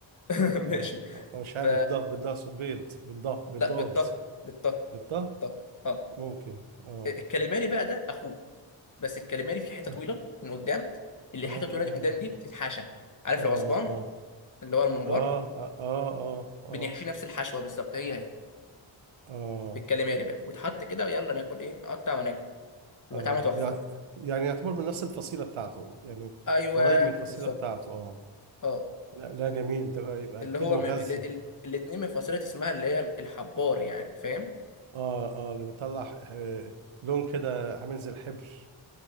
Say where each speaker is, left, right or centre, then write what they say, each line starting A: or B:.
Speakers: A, on the left; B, on the right.
A: <laughs>
B: اه
A: ماشي
B: آه، مش عارف
A: ف
B: بالضه بالضه صبيط بالضه بالضاد
A: لا بالطه بالطه
B: بالطه
A: طه اه
B: ممكن اه
A: الكاليماري بقى ده اخوه بس الكاليماري في حته
B: اه
A: طويله من قدام اللي
B: اه
A: حته طويله دي من قدام دي بتتحشى عارف
B: اه
A: العصبان
B: اه
A: اللي هو الممبار
B: اه اه اه
A: بنحشيه نفس الحشوه بالظبط هي هي
B: اه
A: في الكاليماري بقى ويتحط كده ويلا ناكل ايه نقطع وناكل يبقى
B: اه
A: طعمه تحفه
B: يع- يعني يعني يعتبر من نفس الفصيلة بتاعته يعني
A: ايوه
B: قريب من الفصيلة
A: بالظبط
B: بتاعته اه
A: اه
B: لا لا جميل ده بقى يبقى
A: اللي
B: اكيد
A: هو
B: مغذي
A: م... ال... ال... الاتنين من فصيله اسمها اللي هي الحبار يعني فاهم
B: اه اه اللي بيطلع آه، لون كده عامل زي الحبر